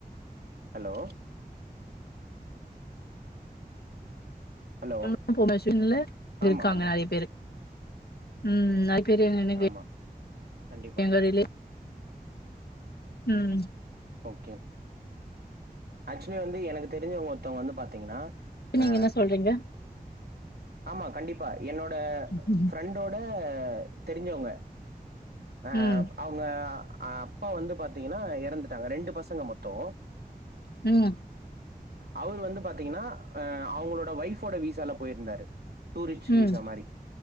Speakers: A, on the right (about 80°); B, on the left (about 80°).
A: ஹலோ ஹலோ
B: <inaudible> லா
A: ஆமா
B: இருக்காங்க
A: ஆமா
B: நெறைய பேரு ம் நெறைய பேரு
A: ஆமா
B: <unintelligible>
A: கண்டிப்பா
B: எங்க ரிலே ம்
A: ஓகே ஆக்சுலி வந்து எனக்கு தெரிஞ்சவங்க ஒர்த்தவங்க வந்து பாத்தீங்கன்னா
B: இப்ப
A: அ
B: நீங்க என்ன சொல்றீங்க
A: ஆமா கண்டிப்பா என்னோட
B: ம்
A: ஃப்ரெண்டோட தெரிஞ்சவங்க அ அ
B: ம்
A: அவுங்க அ அப்பா வந்து பாத்தீங்கன்னா எறந்துட்டாங்க ரெண்டு பசங்க மொத்தோ
B: ம்
A: அவுரு வந்து பாத்தீங்கன்னா அ அவுங்களோட ஒய்ஃபோட வீசாலா போயிருந்தாரு டூரிஸ்ட்
B: ம்
A: வீசா மாரி